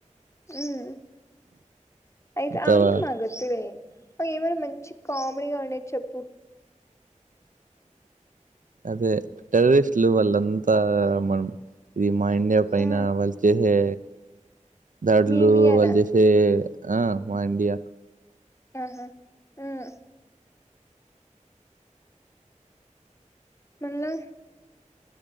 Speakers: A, on the left; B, on the right.
A: హుమ్ అయితే
B: అంతా
A: అదంతా మాక్ వద్దులే ఏమైనా మంచి కామెడీగా ఉండేది చెప్పు
B: అదే టెర్రరిస్ట్లు వాళ్ళంత ఆ మన ఇది మా ఇండియా పైన
A: మ్మ్
B: వాళ్ళు చేసే దాడులు
A: మీ ఇండియానా
B: వాళ్ళు చేసే ఆ మా ఇండియా
A: ఆహా హ్మ్ మళ్ళ